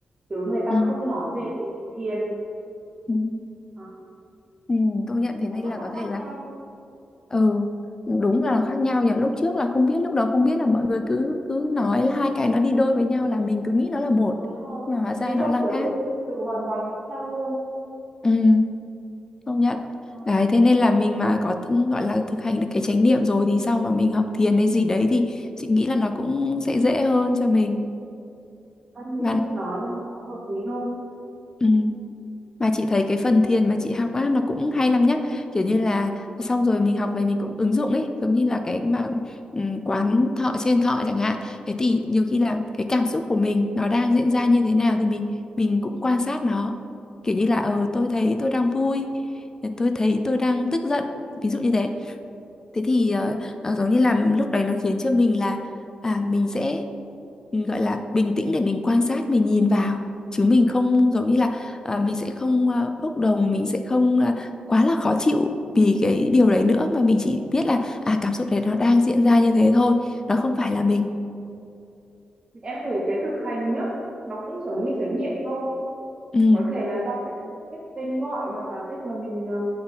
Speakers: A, on the right; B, on the left.
A: chứ người ta
B: ừ
A: không nói về thiền
B: ừ.
A: đó.
B: Ừ, công nhận
A: thì
B: thế
A: nó
B: nên
A: rất
B: là
A: là
B: có thể
A: khác
B: là
A: nhau
B: ừ đúng là khác nhau nhỉ lúc trước là không biết lúc đầu không biết là mọi người cứ cứ nói là hai cái nó đi đôi với nhau là mình cứ nghĩ nó là một
A: đúng rồi
B: mà hóa ra
A: vì
B: nó
A: trong
B: là
A: tưởng
B: khác
A: tượng từ hoàn toàn khác nhau luôn
B: ừ, công nhận
A: đó.
B: đấy thế nên là mình mà có tự- gọi là thực hành được cái chánh niệm rồi thì sau mà mình học thiền hay gì đấy thì chị nghĩ là nó cũng sẽ dễ hơn cho mình
A: em
B: bạn
A: nghĩ nói nó hợp lý hơn
B: ừ. mà chị thấy cái phần thiền mà chị học á nó cũng hay lắm nhá kiểu như là xong rồi mình học về mình cũng ứng dụng ấy giống như là cái mà ừm, quán thọ trên thọ chẳng hạn thế thì nhiều khi là cái cảm xúc của mình nó đang diễn ra như thế nào thì mình mình cũng quan sát nó kiểu như là ờ tôi thấy tôi đang vui tôi thấy tôi đang tức giận ví dụ như thế thế thì ờ, nó giống như là lúc đấy nó khiến cho mình là à mình sẽ ừ, gọi là bình tĩnh để mình quan sát mình nhìn vào chứ mình không giống như là ờ, mình sẽ không ờ, bốc đồng mình sẽ không ờ, quá là khó chịu vì cái điều đấy nữa mà mình chỉ biết là à cảm xúc đấy nó đang diễn ra như thế thôi nó không phải là mình
A: em thấy cái thực hành nhá nó cũng giống như trải nghiệm thôi
B: ừ
A: có thể là do cái cách cách tên gọi hoặc là cách mà mình ờ,